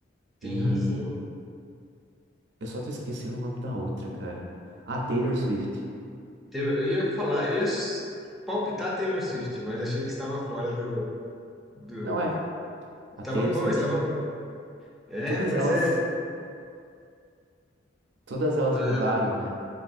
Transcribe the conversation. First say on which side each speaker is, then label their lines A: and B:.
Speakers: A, in the centre; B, on the right (about 65°).
A: tem
B: E
A: razão.
B: eu só tô esquecendo o nome da outra, cara. Ah, Taylor Swift.
A: Taylor, eu ia falar, eu ia s- palpitar Taylor Swift, mas achei que estava fora do, do...
B: Não é.
A: Estava
B: A Taylor
A: bom,
B: Swift.
A: estava bom. É,
B: Todas
A: pois
B: elas,
A: é.
B: todas elas
A: Todas-
B: mudaram, né?